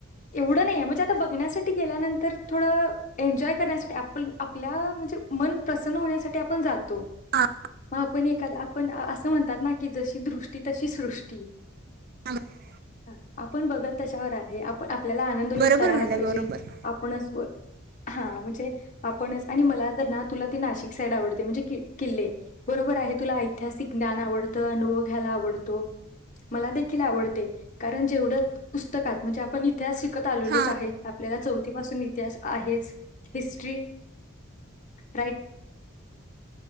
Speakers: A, on the left (about 40°); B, on the right (about 45°).
A: एवढं नाहीे म्हणजे आता बघण्यासाठी गेल्यानंतर थोडं एन्जॉय करण्यासाठी आपण आपल्या म्हणजे मन प्रसन्न होण्यासाठी आपण जात तो
B: हां
A: मग आपण एखा पण असं म्हणतात ना की जशी दृष्टी तशी सृष्टी.
B: <unintelligible>
A: ह आपण बघल त्याच्यावर आहे. आप आपल्याला आनंद लुटता
B: बरोबर
A: यायला
B: म्हणलं
A: पाहिजे.
B: बरोबर
A: आपणच हा म्हणजे आपणच आणि मला तर ना तुला ते नाशिक साईड आवडते म्हणजे कि किल्ले बरोबर आहे तुला ऐतिहासिक ज्ञान आवडतं, अनुभव घ्यायला आवडतो. मला देखील आवडते. कारण जेवढं पुस्तकात म्हणजे आपण इतिहास शिक कत आलेलोच
B: हां
A: आहे. आपल्याला चौथी पाासून इतिहास आहेच हिस्ट्री राईट.